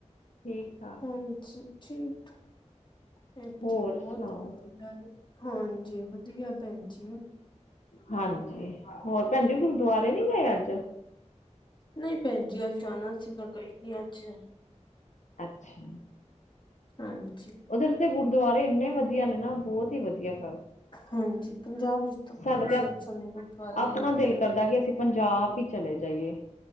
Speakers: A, on the left; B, on the left.
A: ਠੀਕ ਠਾਕ
B: ਹਾਂਜੀ ਠੀਕ। ਭੈਣ
A: ਹੋਰ
B: ਜੀ ਬਹੁਤ
A: ਸੁਣਾਓ
B: ਵਧੀਆ ਏ ਹਾਂਜੀ ਵਧੀਆ ਭੈਣ ਜੀ।
A: ਹਾਂਜੀ ਹੋਰ ਭੈਣ ਜੀ ਗੁਰਦੁਆਰੇ ਨੀ ਗਏ ਆਜ।
B: ਨਹੀਂ ਭੈਣ ਜੀ ਅੱਜ ਜਾਣਾ ਸੀ ਮੈਂ ਗਈ ਨੀ ਅੱਜ।
A: ਅੱਛਾ
B: ਹਾਂਜੀ
A: ਉਧਰ ਦੇ ਗੁਰਦੁਆਰੇ ਇੰਨੇ ਵਧੀਆ ਨੇ ਨਾ ਬਹੁਤ ਹੀ ਵਧੀਆ <unintelligible>
B: ਹਾਂਜੀ ਪੰਜਾਬ ਵਿੱਚ ਤਾਂ
A: ਸਾਡਾ
B: ਬਹੁਤ ਸੋਹਣੇ-ਸੋਹਣੇ
A: ਤੇ
B: ਗੁਰਦੁਆਰੇ
A: ਆਪਣਾ
B: ਨੇ।
A: ਦਿਲ ਕਰਦਾ ਕਿ ਅਸੀਂ ਪੰਜਾਬ ਹੀ ਚਲੇ ਜਾਈਏ।